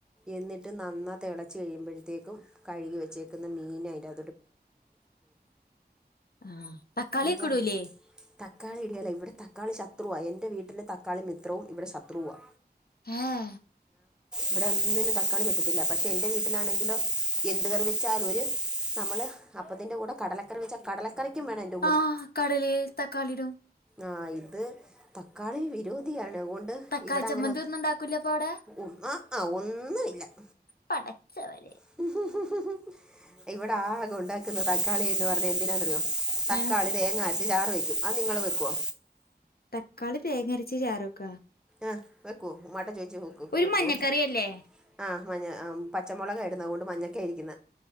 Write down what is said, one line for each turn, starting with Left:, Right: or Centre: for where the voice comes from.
Centre: എന്നിട്ട് നന്ന തെളച്ച് കഴിയുമ്പോഴ്ത്തേക്കും കഴ്കി വെച്ചേക്ക്ന്ന മീന് അയ്ന്റെ
Left: ആഹ് തക്കാളൊക്കെടൂലേ?
Centre: നിങ്ങൾ തക്കാളി ഇടേല ഇവിടെ തക്കാളി ശത്രുവ എന്റെ വീട്ടില് തക്കാളി മിത്രവും ഇവിടെ ശത്രുവുവാ.
Left: ഏഹ്
Centre: ഇവ്ടെ ഒന്നിനും തക്കാളി പറ്റത്തില്ല പക്ഷെ എന്റെ വീട്ടിലാണെങ്കിലോ എന്ത് കറി വെച്ചാലു ഒര് നമ്മള് അപ്പത്തിന്റെ കൂടെ കടലക്കറി വെച്ച കടല കറിക്കുംവേണയ്ന്റൊ
Left: ആഹ് കടലയിൽ തക്കാളിടും.
Centre: ആഹ് ഇത് തക്കാളി വിരോധിയാണ് അതുകൊണ്ട്-
Left: തക്കാളി
Centre: ഇവിടെ
Left: ചമ്മന്തി
Centre: അങ്ങനെ
Left: ഒന്നും ഉണ്ടാക്കൂലപ്പൊ അവിടെ
Centre: ഉ ആഹ് ആഹ് ഒന്നുംമില്ല-
Left: പടച്ചവരെ-
Centre: ഉ ഇവിടെ ആകെ ഉണ്ടാക്കുന്ന തക്കാളി എന്ന് പറഞ്ഞ എന്തിനാെന്നറയോ തക്കാളി
Left: ആഹ്
Centre: തേങ്ങാ അരച്ച ചാറ് വെക്കും. അത് നിങ്ങള് വെക്ക്വോ?
Left: തക്കാളി തേങ്ങരച്ച് ചാറ് വെക്കാ
Centre: ആഹ് വെക്കു ഉമ്മാടെ ചേച്ചി
Left: ഒരു
Centre: വെക്കു
Left: മഞ്ഞക്കറിയല്ലേ
Centre: <unintelligible> ആഹ് മഞ്ഞ ആം പച്ചമുളകായിരുന്നു അതുകൊണ്ട് മഞ്ഞക്കായിരിക്കുന്നേ